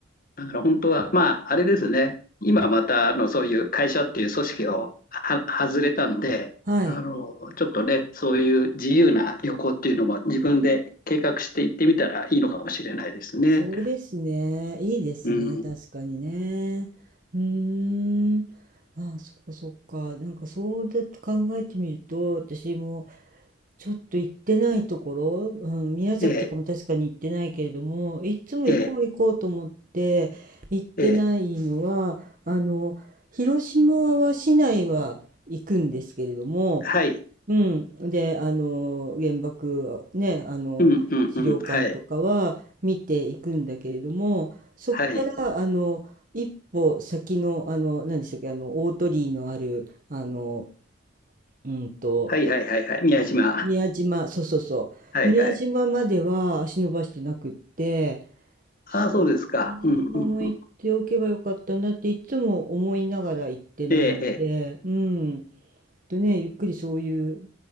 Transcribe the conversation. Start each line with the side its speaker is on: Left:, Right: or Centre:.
Left: だから本当は、まあ、あれですね。今また、あの、そういう会社っていう組織をは外れたんで、
Right: はい。
Left: あの、ちょっとね、そういう自由な旅行っていうのも自分で計画して行ってみたらいいのかもしれないですね。
Right: そうですね。いいですね。
Left: うん。
Right: 確かにね。うーん。ああ、そっかそっか。なんかそうだと考えてみると、私もちょっと行ってないところ、うん、宮崎とかも確かに行ってないけれども、
Left: ええ、
Right: いつも行こう行こうと思って行ってないのは、
Left: ええ、ええ。
Right: あの、広島は市内は行くんですけれども、
Left: はい。
Right: うん。で、あの、原爆、ね、あの、
Left: うん、うん、
Right: 資料館とかは見ていくんだけれども、
Left: うん。はい。
Right: そこから、
Left: はい。
Right: あの、一歩先の、あの、何でしたっけ、あの、大鳥居のある、あの、うんと、
Left: はい、はい、はい、はい。宮島。
Right: 宮島、そうそうそう、
Left: はい、
Right: 宮島までは足伸ばしてなくって、
Left: はい。
Right: そう、
Left: ああ、そうですか。
Right: 宮島も行っておけばよかったなっていつも思いながら行ってないので、
Left: うん、うん。ええ、ええ。
Right: うん。とね、ゆっくりそういう